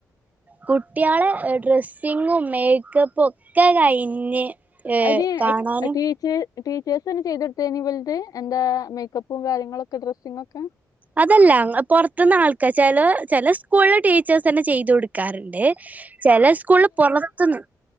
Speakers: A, on the right (about 25°); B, on the left (about 60°).
A: കുട്ട്യാള് ഡ്രെസ്സിങ്ങും മേക്കപ്പും ഒക്കെ കഴിഞ്ഞ്. ഏ
B: അയ്ന്
A: കാണാനും
B: ടീച്ച് ടീച്ചേഴ്സെന്നെ ചെയ്തൊട്ത്തേനി ഇവൽത് എന്താ മേക്കപ്പും കാര്യങ്ങളൊക്കെ ഡ്രസ്സിങ്ങൊക്കെ?
A: അതല്ല ങ്ങ പൊർത്ത്ന്ന് ആൾക്കാ ചെലാ ചെല സ്കൂളിൽ ടീച്ചേഴ്സെന്നെ ചെയ്തു കൊടുക്കാറ് ണ്ട്. ചെല സ്കൂൾല് പൊറത്ത്ന്ന്